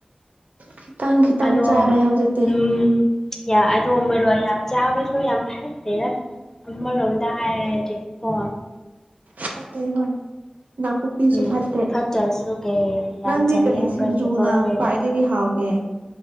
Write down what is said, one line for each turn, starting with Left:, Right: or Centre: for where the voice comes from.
Right: ꯈꯤꯇꯪ ꯈꯤꯇꯪ
Left: ꯑꯗꯣ
Right: ꯆꯥꯔꯦ ꯍꯧꯖꯤꯛꯇꯤ
Left: ꯎꯝ ꯌꯥ ꯑꯗꯣ ꯃꯔꯣꯛ ꯌꯥꯝ ꯆꯥꯕꯁꯨ ꯌꯥꯝ ꯐꯠꯇꯦꯗ ꯑꯃꯔꯣꯝꯗ ꯍꯥꯏꯔꯗꯤ ꯀꯣ
Right: ꯐꯠꯇꯦ ꯍꯣꯏ ꯅꯥꯀꯨꯞꯄꯤꯁꯨ
Left: ꯎꯝ
Right: ꯐꯠꯇꯦ
Left: ꯐꯠꯇ꯭ꯔꯁꯨ ꯀꯩ ꯌꯥꯝ
Right: ꯅꯪꯗꯤ
Left: ꯆꯥꯅꯤꯡꯕꯒꯤꯀꯣ
Right: ꯀꯔꯤ ꯁꯤꯡꯖꯨꯅ
Left: ꯑꯩꯈꯣꯏꯒꯗꯤ
Right: ꯈ꯭ꯋꯥꯏꯗꯒꯤ ꯍꯥꯎꯒꯦ